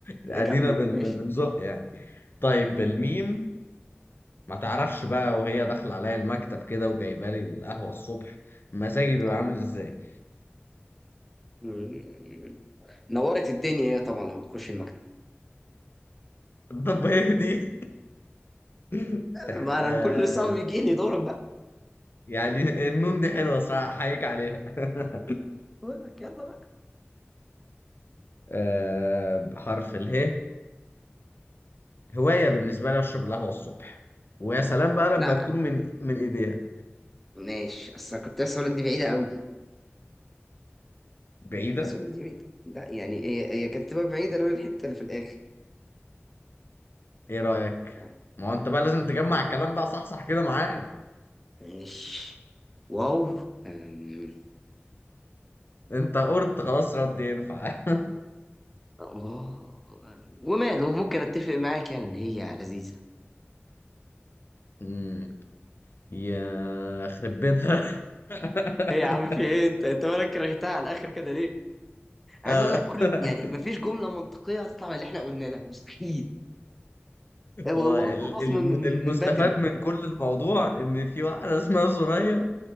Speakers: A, on the left (about 55°); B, in the centre.
A: ادينا
B: نكمل
A: بن
B: ماشي
A: بنزق يعني طيب بالميم ما تعرفش بقى وهي داخلة عليا المكتب كده وجايبه لي القهوة الصبح مزاجي بيبقى
B: اه
A: عامل ازاي
B: مم. نورت الدنيا هي طبعا لما بتخش المكتب
A: <laughs> طب هي دي <laughs> تح...
B: ما
A: آه
B: انا كل صعب بيجي لي دورك بقى
A: يعني النون دي حلوة صراحة احييك عليها <laughs>
B: بقول لك يلا بقى
A: آه بحرف اله هواية بالنسبة لي اشرب القهوة الصبح ويا سلام بقى لما
B: لا
A: تكون من من ايديها
B: ماشي اصل أنا كنت اسالك دي بعيده قوي
A: بعيدة
B: كنت اسالك دي بعيده لا يعني هي هي كانت تبقى بعيده لولا الحته اللي في الاخر
A: ايه رأيك
B: آه.
A: ما هو انت بقى لازم تجمع الكلام ده صح صح كده معايا
B: ماشي واو أم،
A: انت قرد خلاص رد ينفع
B: اه وماله ممكن اتفق معاك يعني ان هي لذيذه
A: <laughs> أمم، يا خرب بيتها <laughs>
B: ايه يا عم في ايه انت انت مالك كرهتها على الاخر كده ليه؟ عايز
A: آه،
B: اقول لك كل
A: <laughs>
B: يعني مفيش جمله منطقيه هتطلع من اللي احنا قلناه ده مستحيل هو
A: هو
B: الموضوع
A: ال-
B: اصلا
A: الم-
B: من من
A: المستفاد
B: من بدري
A: من كل الموضوع ان في واحده اسمها سوريا